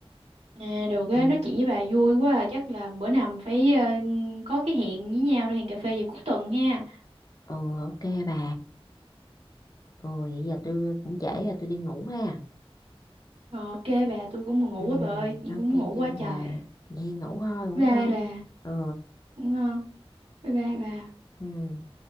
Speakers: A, on the right (about 80°); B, on the left (about 40°).
A: à, được á
B: ừ,
A: nói chuyện với bà vui quá à. chắc là bữa nào mình phải ờ, có cái hẹn với nhau để hẹn cà phê vào cuối tuần ha
B: ừ ok bà ừ vậy giờ tôi cũng trễ rồi tôi đi ngủ ha
A: Rồi, ok bà tôi cũng buồn ngủ
B: ừ
A: quá bà ơi tôi
B: ok
A: cũng
B: ok
A: ngủ
B: bà
A: quá trời
B: vậy ngủ thôi ngủ
A: bye
B: ngon
A: bà
B: ừ
A: ngủ ngon bye bye bà
B: ừ